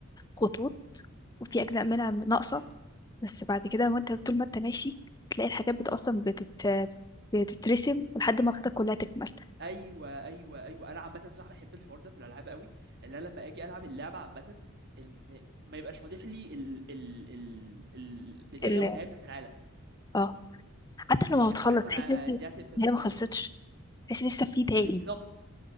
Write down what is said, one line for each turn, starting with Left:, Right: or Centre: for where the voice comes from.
Left: خطوط وفي اجزاء منها ناقصه
Right: إمم.
Left: بس بعد كده وانت طول ما انت ماشي تلاقي الحاجات بت اصلا بتت... بتترسم لحد ما خدتك كلها تكمل
Right: إمم، أيوه، أيوه، أيوه، أنا عامةً الصراحة باحب الحوار ده في الألعاب أوي، إن أنا لمّا آجي ألعب اللعبة عامةً إن ما يبقاش واضح لي ال ال ال البداية
Left: ال...
Right: والنهاية بتاعة العالم،
Left: اه حتى
Right: مش
Left: لما بتخلص
Right: مش عارف
Left: تحس
Right: أنا
Left: ان انت-
Right: دي هتقفل
Left: إن هي ما
Right: منين،
Left: خلصتش تحس إن لسه في تاني
Right: بالضبط،